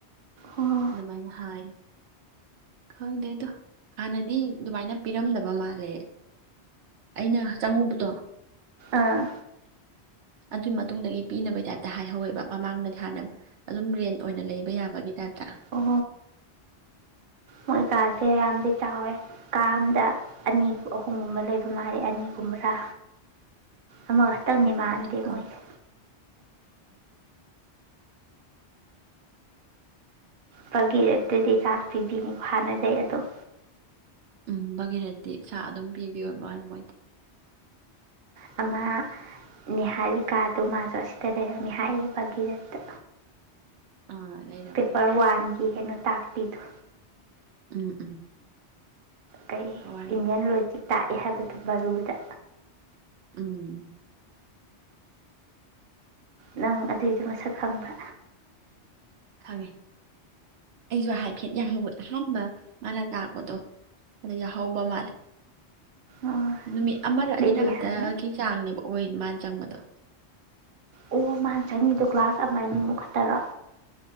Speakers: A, on the right; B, on the right.
A: ꯑꯣ
B: ꯑꯗꯨꯃꯥꯏꯅ ꯍꯥꯏ ꯈꯪꯗꯦ ꯑꯗꯣ ꯍꯥꯟꯅꯗꯤ ꯑꯗꯨꯃꯥꯏꯅ ꯄꯤꯔꯝꯗꯕ ꯃꯥꯜꯂꯦ ꯑꯩꯅ ꯆꯪꯉꯧꯕ ꯠꯇ
A: ꯑꯥ
B: ꯑꯗꯨꯏ ꯃꯇꯨꯡꯗꯒꯤ ꯄꯤꯅꯕꯒꯤ ꯇꯥꯏꯞꯇ ꯍꯥꯏꯍꯧꯋꯦꯕ ꯃꯃꯥꯡꯗꯗꯤ ꯍꯥꯟꯅ ꯑꯗꯨꯝ ꯔꯦꯟ ꯑꯣꯏꯅ ꯂꯩꯕ ꯌꯥꯕꯒꯤ ꯇꯥꯏꯞꯇ
A: ꯑꯣ ꯃꯣꯏ ꯀꯥꯁꯦ ꯌꯥꯝꯗꯤ ꯆꯥꯎꯋꯦ ꯀꯥ ꯑꯗ ꯑꯅꯤ ꯑꯍꯨꯝꯒꯨꯝꯕ ꯂꯩꯕ ꯃꯥꯜꯂꯤ ꯑꯅꯤꯒꯨꯝꯕ꯭ꯔꯥ ꯑꯃꯈꯛꯇꯪꯗꯤ
B: ꯅꯨꯄꯥꯗꯤ
A: ꯃꯥꯟꯗꯦ
B: ꯆꯥꯎ-
A: ꯃꯣꯏꯁꯦ ꯐꯒꯤ ꯔꯦꯠꯇꯨꯗꯤ ꯆꯥꯛꯄꯤꯕꯤꯅꯤ ꯍꯥꯟꯅꯗꯩ ꯑꯗꯨꯝ
B: ꯎꯝ ꯕꯒꯤꯔꯠꯇꯤ ꯏꯁꯥ ꯑꯗꯨꯝ ꯄꯤꯕꯤꯌꯣ ꯃꯅ ꯃꯣꯏꯗꯤ
A: ꯑꯃ ꯅꯤꯍꯥꯔꯤꯀꯥꯗꯣ ꯃꯥꯁꯨ ꯑꯁꯤꯗ ꯂꯩꯔꯝꯅꯤ ꯍꯥꯏꯥꯌꯦ ꯕꯒꯤꯔꯠꯇ
B: ꯑꯥ ꯂꯩꯔꯝꯃꯦ
A: ꯄꯦꯄꯔ ꯋꯥꯟꯒꯤ ꯀꯩꯅꯣ ꯇꯥꯛꯄꯤꯗꯨ
B: ꯎꯝ ꯎꯝ
A: ꯀꯩ
B: ꯄꯋꯥꯔꯒꯤꯗ
A: ꯏꯟꯗꯤꯌꯥꯟ ꯂꯣꯒꯤꯛ ꯇꯥꯛꯑꯦ ꯍꯥꯏꯕꯗꯣ ꯃꯔꯕꯥꯨꯗ
B: ꯎꯝ
A: ꯅꯪ ꯑꯗꯨꯏꯗꯤ ꯃꯁꯛ ꯈꯪꯕ
B: ꯈꯪꯉꯦ ꯑꯩꯁꯨ ꯍꯥꯏꯐꯦꯠ ꯑꯍꯥꯟꯕ ꯃꯥꯅ ꯇꯥꯛꯄꯗꯣ ꯑꯗꯨꯗꯣ ꯌꯥꯍꯧꯕ ꯃꯥꯜꯂꯦ
A: ꯑꯣ
B: ꯅꯨꯃꯤꯠ ꯑꯃꯗ
A: ꯕꯦꯂꯤꯍꯥꯟ
B: ꯑꯅꯤꯔꯛ ꯈꯛꯇꯒꯤ ꯆꯥꯡꯅꯦꯕꯣ ꯑꯣꯏ ꯃꯥꯅ ꯆꯪꯕꯗꯣ
A: ꯑꯣ ꯃꯥꯅ ꯆꯪꯉꯤꯗꯣ ꯒ꯭ꯂꯥꯁ ꯑꯃꯥꯏꯅꯤ ꯃꯨꯛ ꯈꯠꯇꯔꯣ